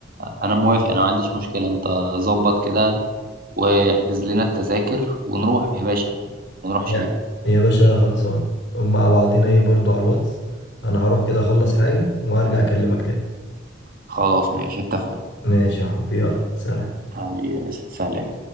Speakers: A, on the right (about 50°); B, on the left (about 65°).
A: فانا موافق انا ما عنديش مشكلة انت ظبط كده واحجز لنا التذاكر ونروح يا باشا ما نروحش
B: يا
A: ليه
B: يا باشا خلصان مع بعضينا ايه برضو على الواتس انا هروح كده اخلص حاجة وهرجع اكلمك تاني
A: خلاص ماشي اتفقنا
B: ماشي يا حبيبي يلا سلام
A: حبيبي يا باشا، سلام